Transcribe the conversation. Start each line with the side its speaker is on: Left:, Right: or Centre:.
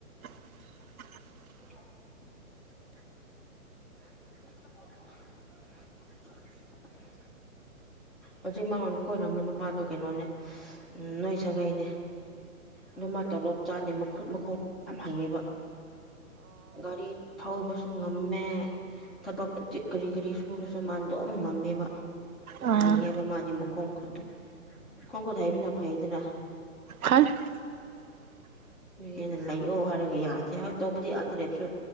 Right: <inaudible>
Centre: <inaudible> <inaudible> ꯍꯧꯖꯤꯛ ꯃꯉꯣꯟ ꯀꯣꯏꯔꯝꯕ ꯅꯨꯄꯥꯗꯣ ꯀꯩꯅꯣꯅꯦ ꯎꯝ ꯅꯣꯏ ꯁꯥꯒꯩꯅꯦ ꯑꯗꯨ ꯃ ꯇꯣꯂꯣꯞ ꯆꯥꯗꯦ ꯃꯈꯨꯠ ꯃꯈꯣꯡ ꯌꯥꯝ ꯍꯩꯌꯦꯕ ꯒꯔꯤ ꯊꯥꯎꯕꯁ ꯁꯨ ꯉꯝꯃꯦ ꯊꯕꯛ ꯀꯔꯤ ꯀꯔꯤ ꯁꯨꯔꯁꯨ ꯃꯥ ꯑꯗꯨꯝ ꯉꯝꯃꯦꯕ
Right: ꯑ
Centre: ꯍꯩꯌꯦꯕ ꯃꯥꯗꯤ ꯃꯈꯣꯡ ꯈꯨꯠꯇꯣ ꯃꯈꯣꯡ ꯈꯨꯠꯇ ꯍꯩꯕꯅ ꯐꯩꯗꯅ
Right: ꯍꯥꯏ <inaudible>
Centre: ꯑꯗꯨꯒꯤ ꯑꯩꯅ ꯂꯩꯌꯣ ꯍꯥꯏꯔꯒ ꯌꯥꯗꯦ ꯍꯣꯏ ꯇꯧꯕꯗꯤ ꯑꯥꯗ ꯂꯩꯕꯁꯨ